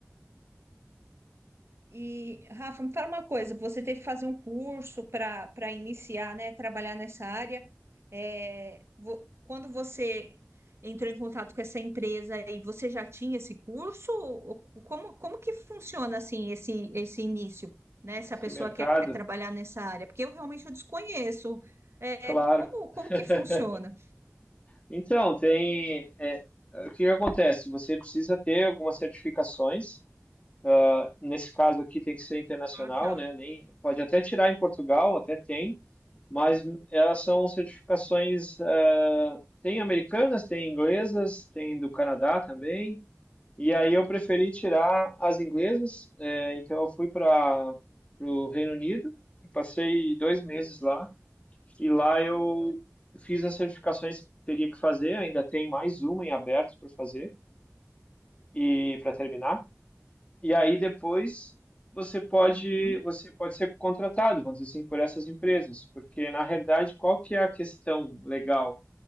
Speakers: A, on the right; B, on the left.
A: E, Rafa, me fala uma coisa, você teve que fazer um curso para para iniciar, né, trabalhar nessa área. É, vo- quando você entrou em contato com essa empresa aí, você já tinha esse curso? Ou- ou Como, como que funciona, assim, esse, esse início, né?
B: Esse
A: Se a pessoa
B: mercado,
A: quer trabalhar nessa área, porque eu realmente eu desconheço. É,
B: claro.
A: como, como
B: <laughs>
A: que funciona?
B: Então, tem. é, o que que acontece? Você precisa ter algumas certificações Ah, nesse caso aqui tem que ser internacional,
A: Ah, tá.
B: né? Nem, pode até tirar em Portugal, até tem, mas elas são certificações, ah, tem americanas, tem inglesas, tem do Canadá também. E aí eu preferi tirar as inglesas, eh, então eu fui para o Reino Unido e passei dois meses lá. E lá eu fiz as certificações que teria que fazer, ainda tem mais uma em aberto para fazer e para terminar. E aí depois você pode,
A: Uhum.
B: você pode ser contratado, vamos dizer assim, por essas empresas, porque na realidade qual que é a questão legal?